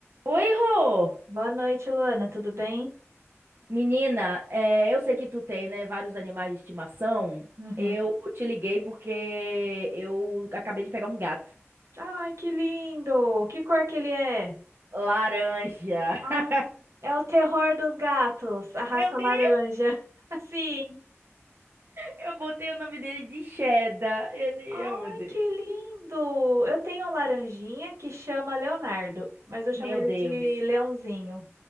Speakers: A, on the right; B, on the right.
A: Oi, Rô!
B: Boa noite, Luana. Tudo bem?
A: Menina, é, eu sei que tu tem, né, vários animais de estimação.
B: Uhum.
A: Eu te liguei porque eu acabei de pegar um gato.
B: Ai, que lindo! Que cor que ele é?
A: Laranja.
B: Ah,
A: <laughs>
B: é o terror dos gatos, a raça
A: Meu Deus!
B: laranja. <laughs> Sim.
A: Eu botei o nome dele de Cheddar. Ele,
B: Ai,
A: oh, meu Deus.
B: que lindo! Eu tenho um laranjinha que chama Leonardo, mas eu chamo
A: Meu
B: ele
A: Deus.
B: de Leãozinho.